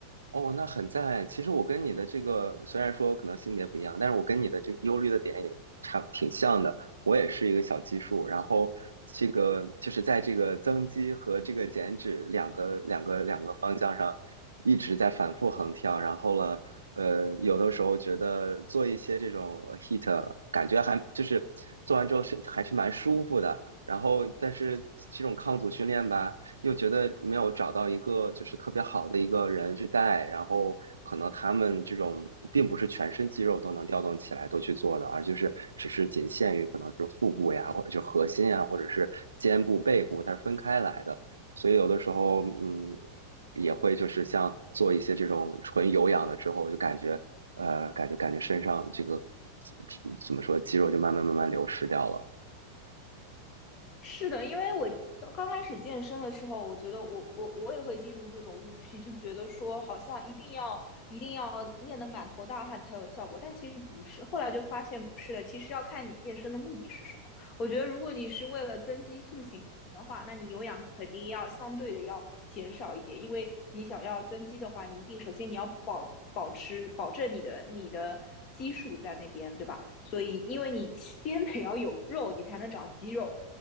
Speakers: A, on the right (about 75°); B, on the left (about 35°).
A: 哦，那很赞。其实我跟你的这个虽然说可能性别不一样，但是我跟你的这个忧虑的点也差挺像的。我也是一个小基数，然后这个就是在这个增肌和这个减脂两个两个两个方向上一直在反复横跳。然后了，呃，有的时候觉得做一些这种 h e a t 感觉还就是做完之后是还是蛮舒服的。然后，但是这种抗阻训练吧。又觉得没有找到一个就是特别好的一个人去带，然后可能他们这种并不是全身肌肉都能调动起来都去做的，而就是只是仅限于可能是腹部呀，或者就核心呀，或者是肩部、背部，它是分开来的。所以有的时候，嗯，也会就是像做一些这种纯有氧的之后，就感觉呃，感觉感觉身上这个这怎么说，肌肉就慢慢慢慢流失掉了。
B: 是的，因为我刚开始健身的时候，我觉得我我我也会进入这种误区，就觉得说好像一定要一定要练得满头大汗才有效果，但其实不是。后来就发现不是的，其实要看你健身的目的是什么。我觉得如果你是为了增肌塑形的话，那你有氧肯定要相对的要减少一点，因为你想要增肌的话，你一定首先你要保保持保证你的你的。基数在那边，对吧？所以，因为你先得要有肉，你才能长肌肉。